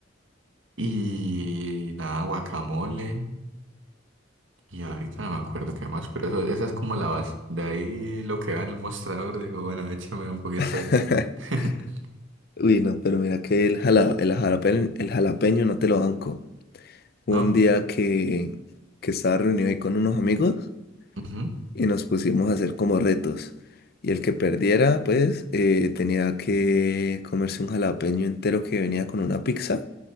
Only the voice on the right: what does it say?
Y nada, guacamole. Y ahorita no me acuerdo qué más, pero eso, esa es como la base. De ahí lo que va en el mostrador, digo, bueno, échame un poquito
de eso. <laughs>
¿No?
Ujú,